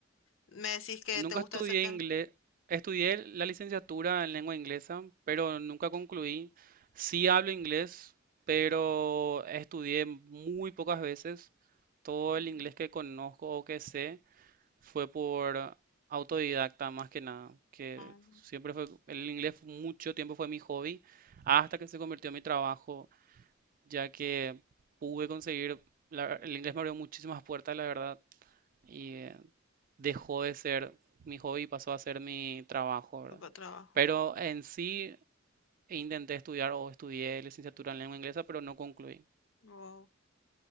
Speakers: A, on the left (about 75°); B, on the right (about 45°).
A: me decís que
B: Nunca
A: te gusta
B: estudié
A: ese tema.
B: inglés, estudié la licenciatura en lengua inglesa, pero nunca concluí. Sí hablo inglés, pero estudié muy pocas veces. Todo
A: Mm.
B: el inglés que conozco o que sé fue por autodidacta más que nada, que
A: Ah,
B: siempre fue, el inglés fue- mucho tiempo fue mi hobby, hasta que se convirtió en mi trabajo, ya que pude conseguir, la- el inglés me abrió muchísimas puertas, la verdad, y eh, dejó de ser mi hobby y pasó a ser mi trabajo, ¿verdad?
A: para trabajo.
B: Pero en sí intenté estudiar o estudié licenciatura en lengua inglesa, pero no concluí.
A: Wow,